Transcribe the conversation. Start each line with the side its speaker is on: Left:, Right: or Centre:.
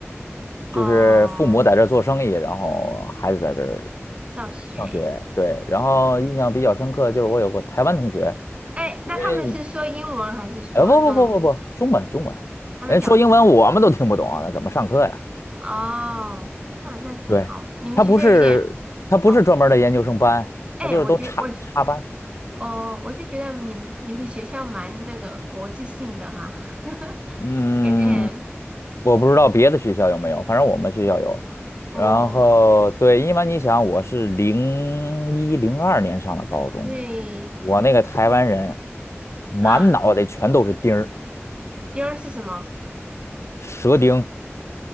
Right: 哦，
Left: 就是父母在这儿做生意，然后孩子在这儿
Right: 上学。
Left: 上学，对，然后印象比较深刻就是我有个台湾同学，
Right: 哎，那他们是说英文还是说中？
Left: 因为你，哎，不不不不不，中文中文，
Right: 他们讲是
Left: 人家说英文我们都听不懂啊，那怎么上课呀？
Right: 哦，那那挺好的。
Left: 对，
Right: 你们学校有点
Left: 他不是他不是专门儿的研究生班，
Right: 好，哎，
Left: 他就是都插插班。
Right: 我觉我觉哦，我就觉得你们你们学校蛮那个国际性的哈，<laughs>
Left: 嗯，
Right: 感觉很。
Left: 我不知道别的学校有没有，反正我们学校有。
Right: 哦，
Left: 然后对，因为你想，我是零一零二年上的高中，
Right: 对，
Left: 我那个台湾人满脑袋全都是钉儿、
Right: 嗯，第二是什么？
Left: 舌钉、